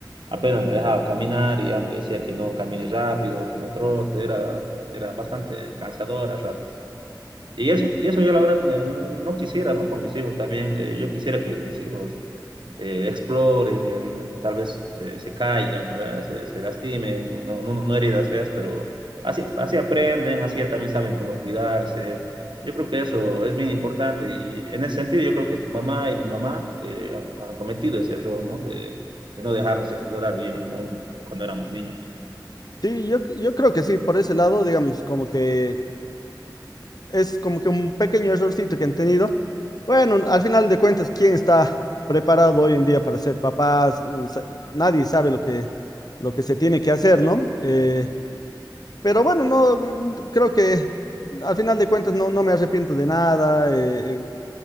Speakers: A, on the right (about 85°); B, on the left (about 55°).
A: Apenas me dejaba caminar y ya me decía que no camine rápido, que no trote, era, era bastante cansador a ratos. Y eso, y eso yo la verdad eh, no, no quisiera, ¿no? Con mis hijos también. eh, yo quisiera que mis hijos eh, exploren, tal vez se, se caigan, ¿no? ¿verdad? Se, se lastimen, no, no, no heridas feas, pero así, así aprenden, así también saben cómo cuidarse. Yo creo que eso es bien importante y en ese sentido yo creo que tu mamá y mi mamá eh, han, han cometido ese error, ¿no? De, de no dejarnos explorar bien el mundo cuando éramos niños.
B: Sí, yo, yo creo que sí, por ese lado, digamos, como que Es como que un pequeño errorcito que han tenido. Bueno, al final de cuentas, ¿quién está preparado hoy en día para ser papás? Mm, sa- Nadie sabe lo que, lo que se tiene que hacer, ¿no? Eh, pero bueno, no, mm, creo que al final de cuentas no, no me arrepiento de nada. eh, eh,